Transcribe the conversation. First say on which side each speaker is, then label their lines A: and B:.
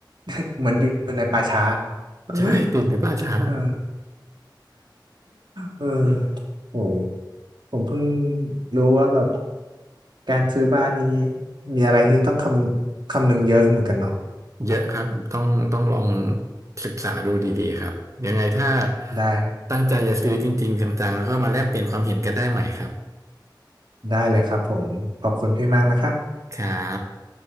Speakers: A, on the right; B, on the right.
A: <laughs> เหมือนอยู่ในป่าช้า <laughs>
B: ใช่ติดไหมป้าจ๊า
A: เออเออ
B: อืม
A: โหผมเพิ่งรู้ว่าแบบการซื้อบ้านนี้มีอะไรที่ต้องคำคำนึงเยอะเหมือนกันเนาะ
B: เยอะครับต้องต้องลองศึกษาดูดีๆครับยังไงถ้า
A: ได้
B: ตั้งใจจะซื้อจริงๆจังๆแล้วก็มาแลกเปลี่ยนความเห็นกันได้ใหม่ครับ
A: ได้เลยครับผมขอบคุณพี่มากนะครับ
B: ครับ